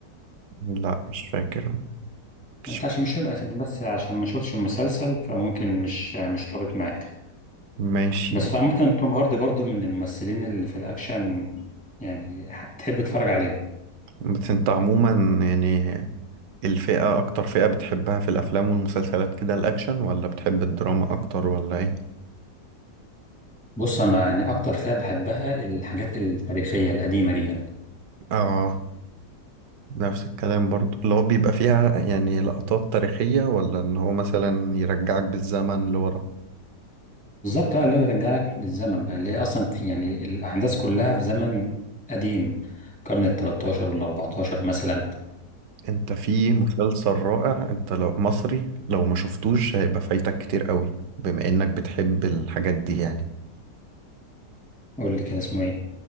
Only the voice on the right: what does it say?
لا مش فاكر مش
فاكر
ماشي
بس انت عموما يعني الفئة أكتر فئة بتحبها في الأفلام والمسلسلات كده الأكشن ولا بتحب الدراما أكتر ولا إيه؟
آه نفس الكلام برضو اللي هو بيبقى فيها يعني لقطات تاريخية ولا إن هو مثلا يرجعك بالزمن لورا
انت في مسلسل رائع انت لو مصري لو ما شفتوش هيبقى فايتك كتير قوي بما انك بتحب الحاجات دي يعني